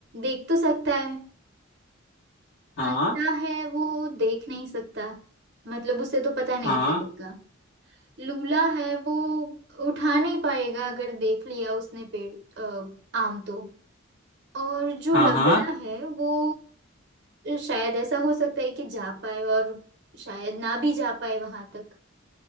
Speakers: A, on the right; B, on the left.
A: देख तो सकता है
B: हाँ
A: अंधा है वो देख नहीं सकता मतलब उसे तो पता नहीं
B: हाँ
A: चलेगा लूला है वो उठा नहीं पाएगा अगर देख लिया उसने पेड़ अ, आम तो और जो
B: हाँ
A: लंगड़ा
B: हाँ
A: है वो शायद ऐसा हो सकता है कि जा पाए और शायद ना भी जा पाए वहां तक